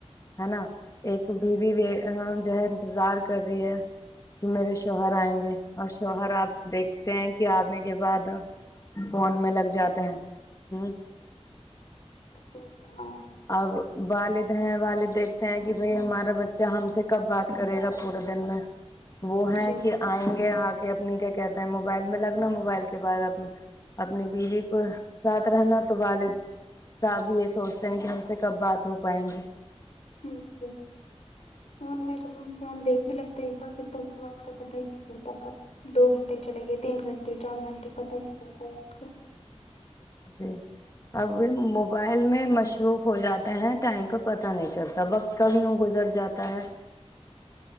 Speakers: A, on the left; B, on the left.
A: ہے نا ایک بیوی جو ہے انتظار کر رہی ہے کہ میرے شوہر آئیں گے اور شوہر آپ دیکھتے ہیں کہ آنے کے بعد فون میں لگ جاتے ہیں ہ
B: صحی فوا
A: اب والد ہیں والد دیکھتے ہیں کہ بھائی ہمارا بچہ ہم سے کب بات کرے گا پورے دن میں وہ ہے
B: جی
A: کہ آئیں گے آگ کہ اپنے کیا کہتا ہے موبائل میں لگنا موبائل کے بعد اپنی بیوی کو ساتھ رہنا تو والد صاحب یہ سوچ کہ ہم سے کب بات ہو پائیں گے
B: ہ فون میں جب ہم فون دیکھنے لگتے ایک بار پھر تو وقت کا پتہ ہی نہیں چلتا کب دو گھنٹے چلے گئے تین گھنٹے چار گھنٹے پتہ ہی نہیں چلتا وقت کا
A: جی اب موبائل میں مصروف ہو جاتے ہیں ٹائم کا پتہ نہیں چلتا وقت ک یوں گزر جاتا ہے